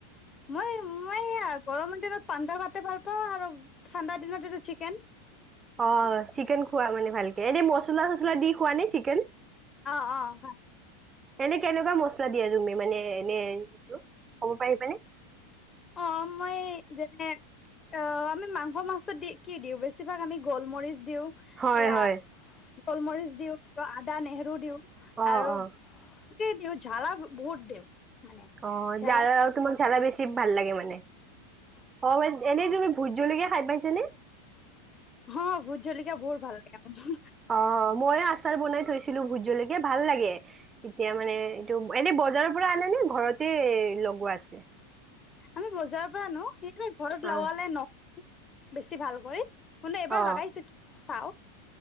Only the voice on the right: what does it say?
অ' চিকেন খোৱা মানে ভাল কে। এনে মচলা-চচলা দি খোৱা নে চিকেন?
এনে কেনেকুৱা মচলা দিয়া তুমি? মানে এনে সেইটো, ক'ব পাৰিবানে?
হয়
হয়
অ'
- অ'।
অ'
জ্বাল- তোমাক জ্বালা বেছি ভাল লাগে মা নে। অ' মানে এনে তুমি ভূত জলকীয়া খাই পাইছেনে?
অ' মই আচাৰ বনাই লৈছিলোঁ ভোট জল য়া ভাল লাগে। এতিয়া মানে এইটো, এনে বজাৰৰ পৰা আনে নে ঘৰতে লগোৱা আছে?
অ
অ